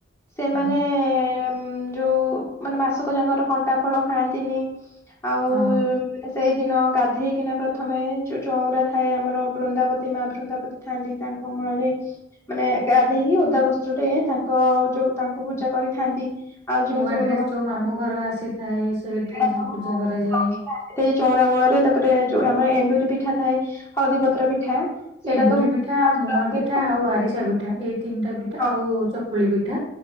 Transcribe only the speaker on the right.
ହୁଁ,
ହଁ।
ନୂଆ
ଡ୍ରେସ ଯୋଉ ମାମୁଁ ଘର ଆସିଥାଏ। ସେଇ
ଡ୍ରେସ
ପୂଜା କରାଯାଏ।
ଏଣ୍ଡୁରି
ପିଠା ମୁଆ ପିଠା
ଆଉ ଆରିସା ପିଠା ଏଇ ତିନିଟା ପିଠା
ଆଉ ଚକୁଳି ପିଠା।